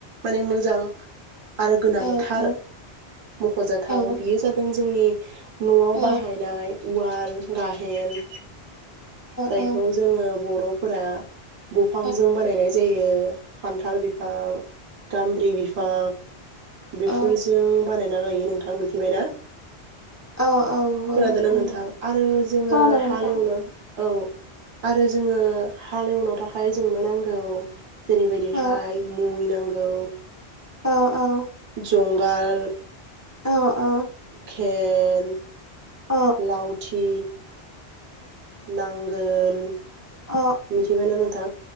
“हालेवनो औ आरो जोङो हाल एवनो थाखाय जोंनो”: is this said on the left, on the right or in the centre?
Right